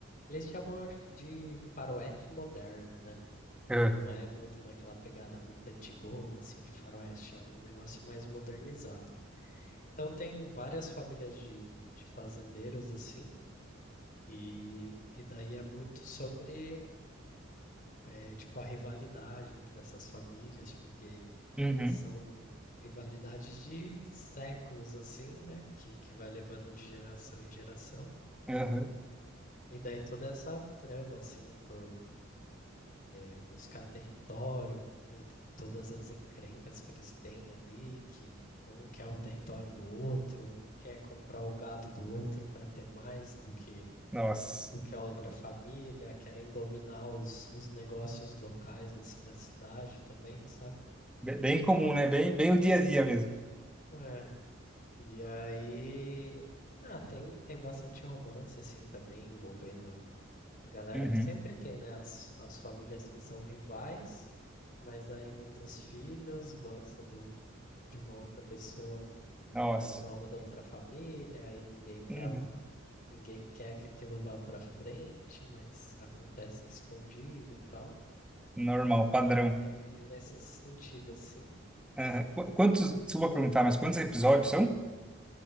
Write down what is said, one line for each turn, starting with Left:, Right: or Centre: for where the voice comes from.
Left: eles chamam acho que, de faroeste moderno, né?
Centre: Aham.
Left: E não é muito naquela pegada muito antigona, assim, de faroeste. É um negócio mais modernizado. Então, tem várias famílias de, de fazendeiros, assim. E, e daí é muito sobre, eh, tipo, a rivalidade entre essas famílias, porque
Centre: Uhum.
Left: São rivalidades de séculos, assim, né? Que, que vai levando de geração em geração.
Centre: Aham.
Left: E daí toda essa trama, assim, por eh, buscar território, e de todas as encrencas que eles têm ali, que um quer o território do outro, um quer comprar o gado do outro para ter mais do que,
Centre: Nossa.
Left: do que a outra família, querem dominar os, os negócios locais, assim, da cidade também, sabe?
Centre: Be- Bem comum, né? Bem, bem o dia a dia mesmo.
Left: É, E aí. Ah, tem, tem bastante romance, assim, também, envolvendo a galera,
Centre: Uhum.
Left: que sempre
Centre: <laughs>
Left: tem, né? As, as famílias que são rivais, mas aí um dos filhos gosta do, de uma outra pessoa
Centre: Nossa.
Left: mais nova da outra família, aí ninguém quer,
Centre: Uhum.
Left: o- ninguém quer que aquilo vá pra frente, mas acontece escondido e tal.
Centre: Normal,
Left: Então
Centre: padrão.
Left: é, é meio nesse sentido, assim.
Centre: Aham. Qu- Quantos, desculpa perguntar, mas quantos episódios são?